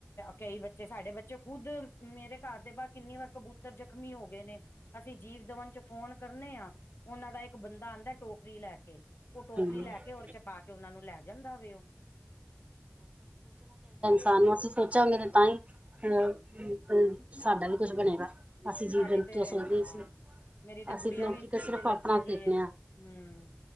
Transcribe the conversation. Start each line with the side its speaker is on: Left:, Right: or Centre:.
Left: ਕਈ ਬੱ ਸਾਡੇ ਬੱਚੇ ਖੁੱਦ ਮੇਰੇ ਘਰ ਦੇ ਬਾਰ ਕਿੰਨੀ ਵਾਰ ਕਬੂ ਤਰ ਜ਼ਖ਼ਮੀ ਹੋ ਗਏ ਨੇ, ਅਸੀਂ ਜੀਵ-ਦਵਨ ਚ ਫੋਨ ਕਰਨੇ ਆਂ ਓਨਾਂ ਦਾ ਇੱਕ ਬੰਦਾ ਆਂਦਾ ਟੋਕਰੀ ਲੈ ਕੇ, ਓ
Right: ਵਧੀਆ
Left: ਟੋਕਰੀ ਲੈ ਕੇ ਓਦੇ ਚ ਪਾ ਕੇ ਓਨਾ ਨੂੰ ਲੈ ਜਾਂਦਾ ਵੇ ਓ, ਹਾਂ।
Right: ਸਾਨੂੰ ਅਸੀਂ ਸੋਚਾਂਗੇ ਤੇ ਤਾਂ ਈ ਅ ਸਾਡਾ ਵੀ ਕੁਸ਼ ਬਣੇਗਾ। ਅਸੀਂ ਜੀਵ
Left: ਸਾਡੀ
Right: ਜੰਤੂ
Left: ਤੇ
Right: ਸੋਚਦੇ
Left: ਹਾਂ
Right: ਸੀ
Left: ਮੇਰੀ ਤੇ
Right: ਅਸੀਂ
Left: ਗੁਡੀਆ
Right: ਲੋਕੀ
Left: ਵੀ ਇਸ
Right: ਤਾਂ
Left: ਚੀਜ
Right: ਸਿਰਫ਼
Left: ਚ ਲੱਗੀ
Right: ਆਪਣਾ
Left: ਦੀ
Right: ਦੇਖਦੇ
Left: ਐ।
Right: ਹਾਂ।
Left: ਹੂੰ,